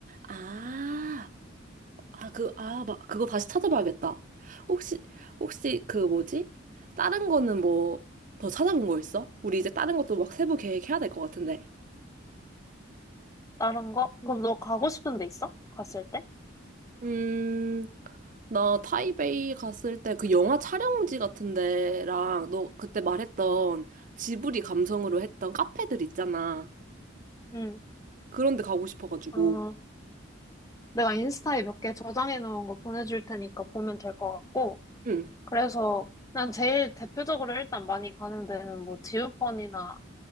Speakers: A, on the right (about 40°); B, on the left (about 15°).
A: 아, 아, 그, 아, 막, 그거 다시 찾아봐야겠다. 혹시, 혹시 그 뭐지? 다른 거는 뭐, 더 찾아본 거 있어? 우리 이제 다른 것도 막 세부 계획해야 될 것 같은데.
B: 다른 거? 그럼 너 가고 싶은 데 있어? 갔을 때?
A: 음, 나 타이베이 갔을 때 그 영화 촬영지 같은 데랑 너 그때 말했던 지브리 감성으로 했던 카페들 있잖아.
B: 응.
A: 그런 데 가고 싶어가지고.
B: 어, 내가 인스타에 몇 개 저장해 놓은 거 보내줄 테니까 보면 될 것 같고,
A: 응.
B: 그래서 그냥 제일 대표적으로 일단 많이 가는 데는 뭐 지우펀이나